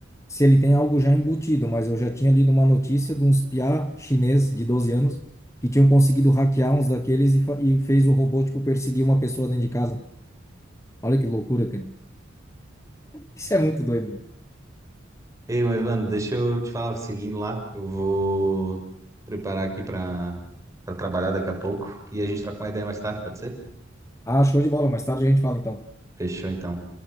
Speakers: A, on the left; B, on the right.
A: se ele tem algo já embutido, mas eu já tinha lido uma notícia de uns piá chinês de 12 anos que tinham conseguido hackear uns daqueles e, fa- e fez o robô, tipo, perseguir uma pessoa dentro de casa. Olha que loucura, cara. Isso é muito doido, meu.
B: Ei, mas, mano, deixa eu te falar, seguindo lá, eu vou preparar aqui pra, pra trabalhar daqui a pouco. E a gente troca uma ideia mais tarde, pode ser?
A: Ah, show de bola. Mais tarde a gente fala, então.
B: Fechou, então.